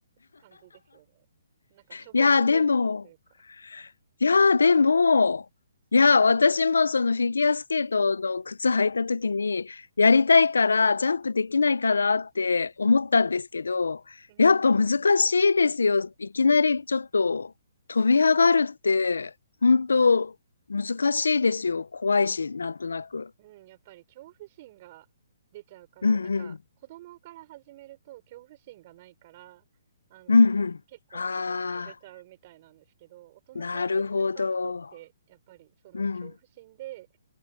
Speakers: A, on the right (about 40°); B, on the left (about 85°).
A: 感じですよね。なんかしょぼく見えちゃうというか。
B: いやー、でも、いやー、でも、いやー、私もそのフィギュアスケートの靴履いた時に、やりたいから、ジャンプできないかなって思ったんですけど、
A: うん。
B: やっぱ難しいですよ。いきなりちょっと飛び上がるって、本当難しいですよ。怖いし、なんとなく。
A: うん、やっぱり恐怖心が出ちゃうから、
B: うんうん。
A: なんか子供から始めると恐怖心がないから、あの、
B: うんうん。
A: 結構すぐ飛べちゃうみたいなんですけど、
B: ああ
A: 大人から始めた人って、
B: なるほど。
A: やっぱりその恐怖心で、
B: うん。